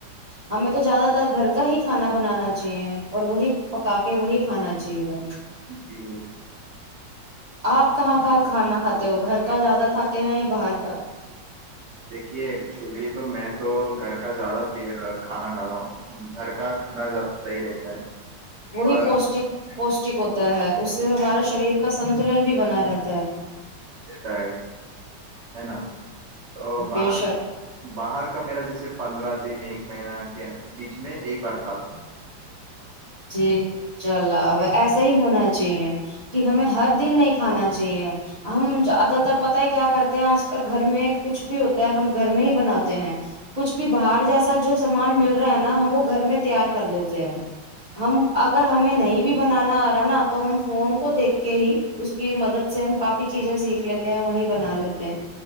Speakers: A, on the right (about 40°); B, on the right (about 70°).
A: ہمیں تو زیادہ تر گھر کا ہی کھانا بنانا چاہیے اور وہی پکا کے وہی کھانا جی ہاں
B: جی ب
A: آپ کہاں کہاں کھانا کھاتے ہو گھر کا زیادہ کھاتے ہیں یا باہر کا
B: دیکھیے ایکچولی تو میں تو گھر زیادہ پ کھانا کھاتا ہوں گھر کا کھانا زیادہ صحیح رہتا ہے
A: وہی
B: اور
A: پوشٹک پ ٹ ہوتا ہے اس سے ہمارا شریر کا سنتلن بھی بنا رہ تھا
B: تا ہے ہے نا <unintelligible> تو باہر
A: بے شک
B: باہر کا میرا جیسے پندرہ دن ایک مہینہ کے بیچ میں ایک بار ک تھا ہ
A: جی انشاء اللہ ایسا ہی ہونا چاہیے کہ ہمیں ہر دن نہیں کھانا چاہیے ہم زیادہ تر پتا ہے کیا کرتے ہیں آج کل گھر میں کچھ بھی ہوتا ہے ہم گھر میں ہی بناتے ہیں کچھ بھی باہر جیسا جو سامان مل رہا ہے نا ہم وہ گھر میں تیار کر دیتے ہیں ہم اگر ہمیں نہیں بھی بنانا آ رہا نا تو ہم فون کو دیکھ کے ہی اس کی مدد سے ہم کافی چیزیں سیکھ لیتے ہیں وہیں بنا لیتے ہیں